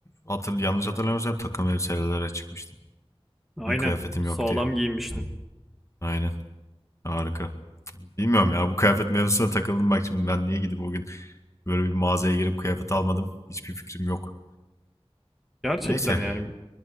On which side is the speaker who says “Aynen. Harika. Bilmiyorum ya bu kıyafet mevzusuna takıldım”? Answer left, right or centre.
Left